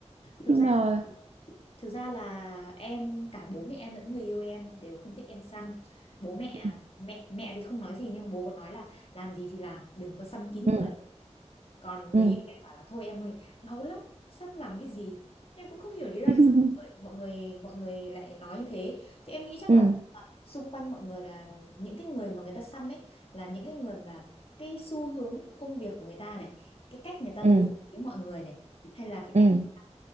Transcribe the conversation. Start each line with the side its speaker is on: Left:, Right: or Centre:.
Left: thực
Right: nhưng
Left: ra
Right: mà
Left: thực ra là em cả bố mẹ em lẫn người yêu em đều không thích em xăm bố mẹ à,
Right: ừ
Left: mẹ mẹ thì không nói gì nhưng bố còn nói là làm gì thì làm đừng có xăm kín
Right: ừ
Left: người còn
Right: ừ
Left: người yêu em bảo là thôi em ơi đau lắm xăm làm cái gì em cũng không hiểu lý do tại
Right: <laughs>
Left: sao mọi người mọi người mọi người lại nói như thế thì em nghĩ chắc
Right: ừ
Left: là, là xung quanh mọi người là những cái người mà người ta xăm ấy là những cái người mà cái xu hướng công việc của người ta này cái cách người ta
Right: ừ
Left: đối xử với mọi người này hay là cái
Right: ừ
Left: cách người ta,